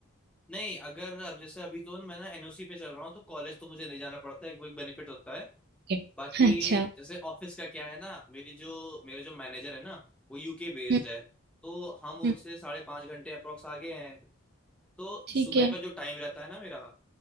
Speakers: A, in the centre; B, on the right.
A: नहीं अगर अब जैसे अभी तो मैं ना एनओसी पे चल रहा हूँ तो कॉलेज तो मुझे नहीं जाना पड़ता है वो एक बेनिफिट होता है
B: ओके
A: बाकी
B: अच्छा
A: जैसे ऑफिस का क्या है ना मेरी जो मेरे जो मैनेजर है ना वो यूके बेस्ड
B: हम्म
A: है तो हम उनसे
B: हम्म,
A: साढ़े पाँच घंटे अप्रोक्स आगे हैं तो
B: ठीक
A: सुबह
B: है
A: का जो टाइम रहता है ना मेरा